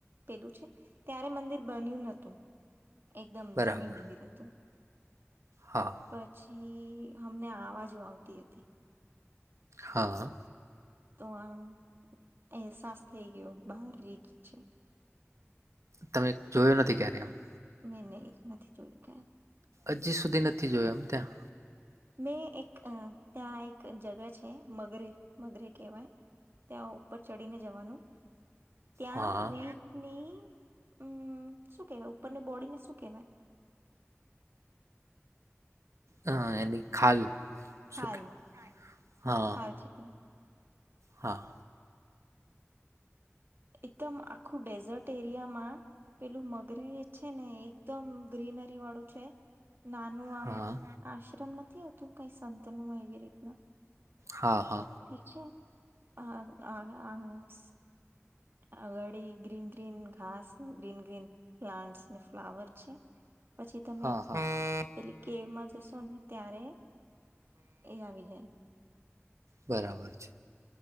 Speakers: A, on the right; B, on the right.
A: પેલું છે ત્યારે મંદિર બન્યું નતું એકદમ
B: બરાબર
A: જૂનું મંદિર હતું.
B: હા
A: પછી અમને અવાજો આવતી હતી!
B: હા.
A: તો આમ અહેસાસ થઈ ગયો, બહાર રી જ છે.
B: તમે જોયું નથી ક્યારે એમ?
A: મેં નહીં, એ નથી જોયું કે.
B: હજી સુધી નથી જોયો, એમ ત્યાં.
A: મેં એક ત્યાં એક જગા છે, મગરે મગરે કહેવાય, ત્યાં ઉપર ચડીને જવાનું. ત્યાં
B: હા.
A: રીતની. હમ, શું કેવાય ઉપરને બોડીને શું કેહેવાય?
B: હ, એની ખાલ.
A: હાલ
B: શું કે હા
A: હાલ છે ત્યા.
B: હા.
A: એકદમ આખું ડેઝર્ટ એરિયામાં પેલું મગરે છે ને, એકદમ ગ્રીનરી વાળું છે. નાનું આમ
B: હા.
A: આશ્રમ નથી આવતું, કંઈ સંત નું હો એવી રીતના.
B: હા, હા.
A: ઠીક છે હ! હા, હા. આંગળ ગ્રીન ગ્રીન ઘાસ, ને ગ્રીન ગ્રીન પ્લાન્ટસ, ને ફ્લાવર છે. પછી તમે
B: હા હા
A: પેલી કેવમાં જશો ને, ત્યારે. એજ આવી જાય.
B: બરાબર છે.